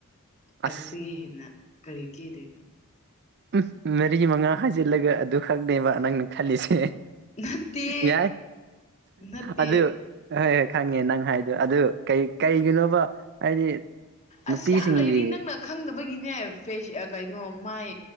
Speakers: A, on the right; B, on the left.
A: ꯑꯁ
B: ꯑꯗꯨꯗꯒꯤ ꯍꯦꯟꯅ ꯀꯔꯤ ꯀꯦꯗꯅ
A: ꯎꯝ ꯃꯔꯤ ꯃꯉꯥ ꯍꯥꯏꯖꯤꯜꯂꯒ ꯑꯗꯨꯈꯛꯅꯦꯕ ꯅꯪꯅ ꯈꯜꯂꯤꯁꯦ
B: ꯅꯠꯇꯦ
A: ꯌꯥꯏ
B: ꯅꯠꯇꯦ
A: ꯑꯗꯨ ꯍꯣꯏ ꯍꯣꯏ ꯈꯪꯉꯦ ꯅꯪ ꯍꯥꯏ ꯑꯗꯨ ꯀꯩ ꯀꯩꯒꯤꯅꯣꯕ ꯍꯥꯏꯗꯤ ꯅꯨꯄꯤꯁꯤꯡꯒꯤ
B: ꯑꯁ ꯌꯥꯝ ꯂꯩꯔꯤ ꯅꯪꯅ ꯈꯪꯗꯕ ꯒꯤꯅꯦ ꯐꯦꯁ ꯀꯩꯅꯣ ꯃꯥꯏ